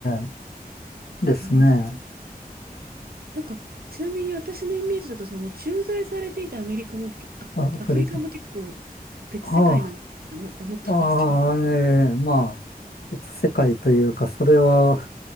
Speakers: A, on the left; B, on the right.
A: えですね。
B: へえ。なんか、ちなみに私のイメージだと、その駐在されていたアメリカも、あ、
A: あ、フレズ。
B: アフリカも結構別世界なんじゃないかなと思ったんですけど。
A: ああ、ああ、ええまあ、別世界というか、それは、